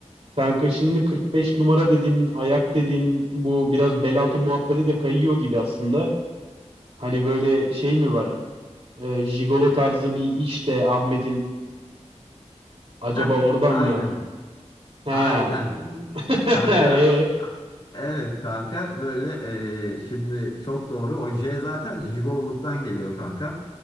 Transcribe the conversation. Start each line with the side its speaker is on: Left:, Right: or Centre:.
Right: Kanka şimdi 45 numara dediğin, ayak dediğin bu biraz bel altı muhabbeti de kayıyor gibi aslında. Hani böyle şey mi var? Ee, jigolo tarzı bir iş de Ahmet'in acaba
Left: Heh
Right: oradan
Left: aynen
Right: mı? He.
Left: aynen
Right: <laughs>
Left: Kanka
Right: e,
Left: evet kanka böyle eee, şimdi çok doğru o oje zaten jigololuktan geliyor kanka.